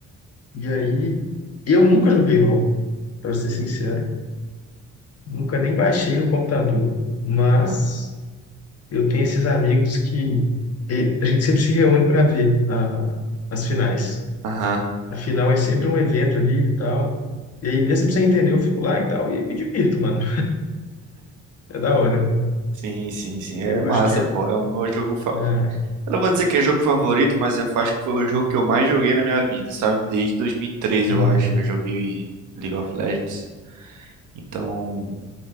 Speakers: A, on the left; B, on the right.
A: E aí. Eu nunca joguei LoL, para ser sincero. Nunca nem baixei no computador. Mas
B: Ah,
A: eu tenho esses amigos que. e A gente sempre se reúne para ver a- as finais.
B: Aham.
A: A final é sempre um evento ali e tal. E aí, mesmo sem entender, eu fico lá e tal, e me divirto, mano. É da hora.
B: Sim, sim, sim. É
A: Eu
B: massa,
A: acho que é.
B: pô. É o meu jogo. fa-
A: é,
B: Eu não vou dizer que é jogo favorito, mas eu acho que foi o jogo que eu mais joguei na minha vida, sabe? Desde 2013,
A: uhum.
B: eu acho. Eu joguei League of Legends. Então.